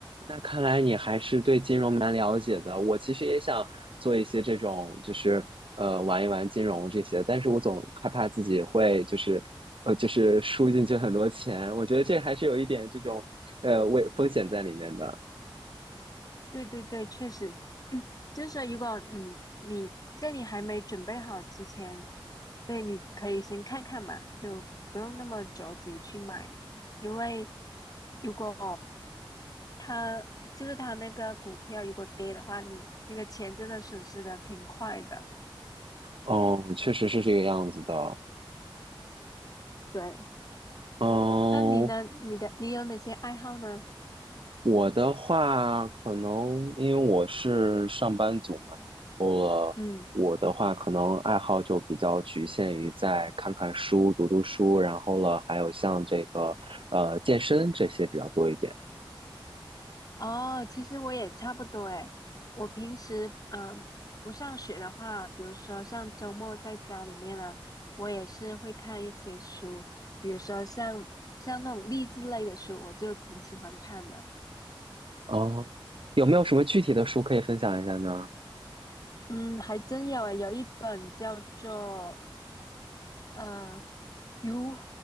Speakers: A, on the right (about 70°); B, on the left (about 40°).
A: 那看来你还是对金融蛮了解的。我其实也想做一些这种，就是呃玩一玩金融这些，但是我总害怕自己会就是呃就是输进去很多钱。我觉得这还是有一点这种呃危风险在里面的。
B: 对对对，确实，就是说如果嗯你在你还没准备好之前。对，你可以先看看嘛，就不用那么着急去买，因为如果它就是它那个股票如果跌的话，你你的钱真的损失的挺快的。
A: 嗯，确实是这个样子的。
B: 对，
A: 嗯，
B: 那你呢？你的你有哪些爱好呢？
A: 我的话，可能因为我是上班族嘛，然后了，
B: 嗯。
A: 我的话可能爱好就比较局限于在看看书、读读书，然后了，还有像这个呃健身这些比较多一点。
B: 哦，其实我也差不多诶。我平时嗯不上学的话，比如说像周末在家里面呢，我也是会看一些书，比如说像像那种励志类的书，我就挺喜欢看的。
A: 哦，有没有什么具体的书可以分享一下呢？
B: 嗯，还真有诶，有一本叫做呃如